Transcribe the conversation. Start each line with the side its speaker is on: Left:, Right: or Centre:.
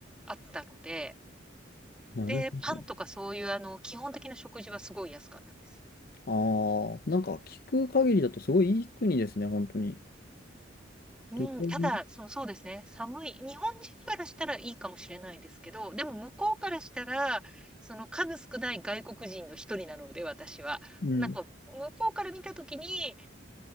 Centre: あったので、
Left: なるほど。
Centre: で、パンとかそういうあの、基本的な食事はすごい安かったです。
Left: ああ、なんか聞く限りだとすごいいい国ですね、本当に。
Centre: うん、
Left: 旅行に。
Centre: ただ、その、そうですね、寒い、日本人からしたらいいかもしれないですけど、でも向こうからしたら、その数少ない外国人の一人なので、私は。
Left: うん。
Centre: なんか、向こうから見たときに、